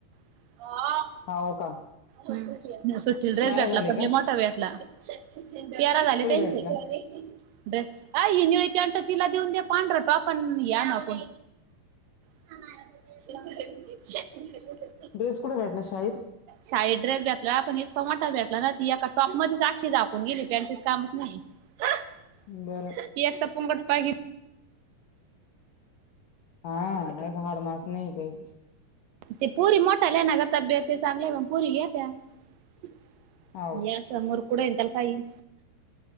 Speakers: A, on the right; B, on the left.
A: <unintelligible> <inaudible>
B: हाव का?
A: हम्म, <inaudible> सुट्टीला ड्रेस
B: बारा
A: भेटला
B: झाले
A: पण लय
B: का
A: मोठा भेटला. <inaudible> तेरा झाले
B: कुठे
A: त्यांचे.
B: भेटला
A: ड्रेस, अय ही निळी पॅंट तिला देऊन दे पांढरा टाॅप आन् या ना कोण <unintelligible>
B: ड्रेस कोड भटला शाळेच
A: शाळेत ड्रेस भेटला. पण इतका मोठा भेटला ना, ती एका टॉप मध्येच आखी झाकून गेली. पॅंटीच कामच नाही. <unintelligible>
B: बरं.
A: ती आता पोंगट पागी
B: हा <unintelligible> मास नाही, कायीच.
A: ते पुरी मोठाल्या ना ग. तब्येत ते चांगल्या. मग पुरी ल्यात्या. <unintelligible>
B: हाव
A: स. मरकूडएन अन, त्याला काय येईल?